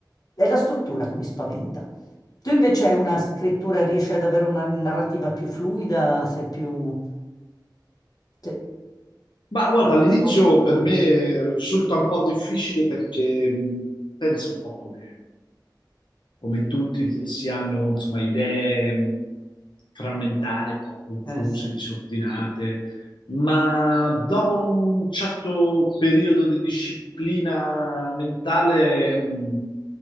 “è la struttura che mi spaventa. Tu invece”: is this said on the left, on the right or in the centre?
Left